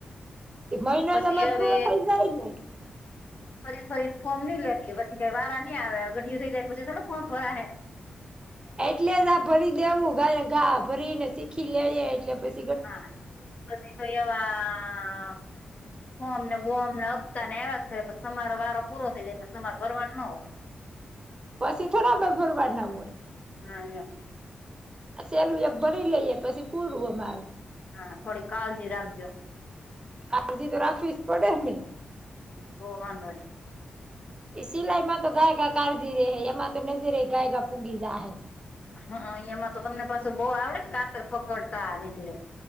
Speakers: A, on the right; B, on the left.
A: એક મહિનોમાર
B: પછી હવે
A: પૂરો થઈ જાય જ ને.
B: ફરી ફરીને ફોર્મ નઈ લે પછી કઈ વારા નહીં આવે ઘઢી થઈ જાય પછી થો ફોર્મ ભરા હે.
A: એટલે જ આ ભરી દેવું ગા ગા ભરીને શીખી લેએ એટલે પી
B: હા પછી તો, એવા બમ ને બોમ ને અપતા ને એવા જ કરે પછ તમારો વારો પૂરો થઈ જાય પછ તમારે ભરવાનું ના હોય.
A: પછી થોડા આપડે ભરવા ના હોય.
B: હા એ.
A: સેલું એક ભરી લઈએ પછી પૂરું અમારું.
B: હા થોડી કાળજી રાખજો.
A: કાળજી તો રાખવી જ પડે ને.
B: તો વાંધો નહીં.
A: એ સિલાઈમાં તો ગાયગા કાળજી રહેે હ એમાં તો નજરે ગાયગા ભૂગી જાય હે.
B: હા અ એમાં તો તમને પાસે બહુ આવડે ને કાતર પકડતા એટલે.